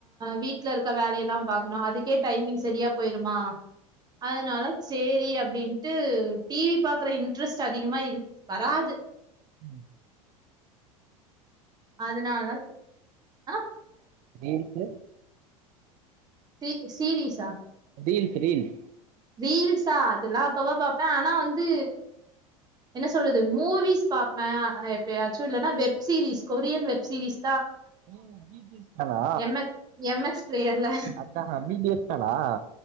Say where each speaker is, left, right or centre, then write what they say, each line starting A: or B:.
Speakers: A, on the right (about 20°); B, on the right (about 45°).
A: வீட்லருக்க வேல எல்லா பாக்கணு அதுக்கே டைமிங் செரியா போய்ருமா அதனால செரி அப்டின்ட்டு டிவி பாக்குற இன்ட்ரெஸ்ட் அதிகமா இரு வராது
B: ம்
A: அதனால் தா
B: வேடிக்க
A: சி சீரிஸா
B: ரீல்ஸ் ரீல்ஸ்
A: ரீல்ஸா அதெல்லா அப்பவா பாப்பே ஆனா வந்து என்ன சொல்றது மூவிஸ் பாப்பே அ எப்பயாச்சு இல்லனா வெப்சீரிஸ் கொரியன் வெப்சீரிஸ்
B: ம் பி டி எஸ் தானா
A: எம் எக்ஸ் எம் எக்ஸ் பிளேயர்ல
B: அத்தா பி டி எஸ் தானா ஆ